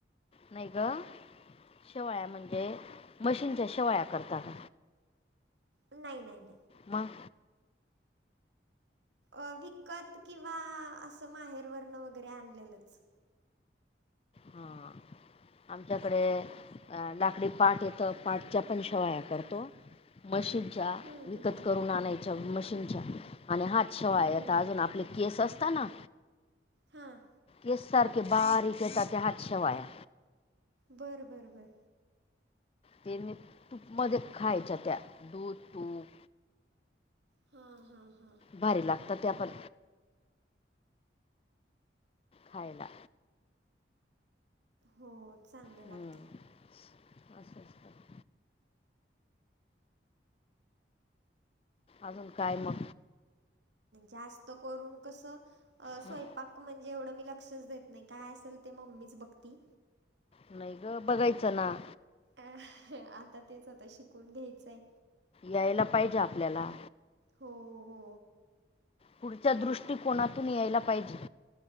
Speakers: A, on the left; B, on the right.
A: नाही ग. शेवया म्हणजे, मशीनच्या शेवया करतात.
B: नाही, नाही, नाही.
A: मग?
B: अ विकत किंवा असं माहेरवरण वगैरे आणलेलंच.
A: हा! आमच्याकडे लाकडी पाठ येतं, पाठच्या पण शेवाया करतो. मशीनच्या
B: हं,
A: विकत
B: हं, हं.
A: करून आणाय -चं मशीनच्या आणि हात शेवाय
B: हं.
A: आता अजून आपले केस असतं ना?
B: हं!
A: तेच सारखे बारीक येतात त्या हात शेवाया.
B: बर बर बर!
A: त्येनी तूपमध्ये खायच्या त्या दूध, तूप.
B: हा हा हा!
A: भारी लागतात त्या पण खायला.
B: हो चांगल्या
A: हम्म
B: लागतात.
A: असं असतं. अजून काय मग?
B: जास्त करून कसं, अ स्वयंपाक
A: हं?
B: म्हणजे एवढं मी लक्षच देत नाही, काय असेल ते मम्मीच बघती.
A: नाही ग बघायचं ना.
B: अ आता तेच आता शिकून घ्यायचंय.
A: यायला पाहिजे आपल्याला.
B: हो हो!
A: पुढच्या दृष्टीकोनातून यायला पाहिजे.